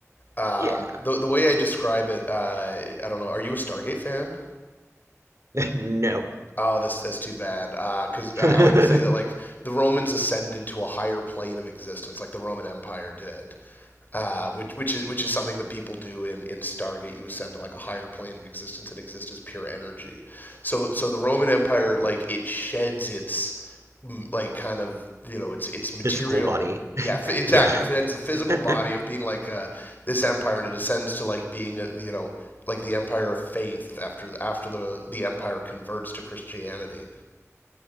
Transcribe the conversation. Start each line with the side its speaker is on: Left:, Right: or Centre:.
Left: Um,
Right: Yeah.
Left: the the way I describe it, uh, I don't know. Are you a Stargate fan?
Right: <laughs> No.
Left: Oh, that's that's too bad. Because
Right: <laughs>
Left: uh, I like to say that like the Romans ascended to a higher plane of existence, like the Roman Empire did. Uh, which which is which is something that people do in, in Stargate. You ascend to like a higher plane of existence and exist as pure energy. So so the Roman Empire like it sheds its like kind of you know it's it's material
Right: physical body. <laughs>
Left: yeah f- exactly
Right: Yeah.
Left: it's the physical
Right: <laughs>
Left: body of being like uh, this empire and it ascends to like being a, you know like the empire of faith after after the the empire converts to christianity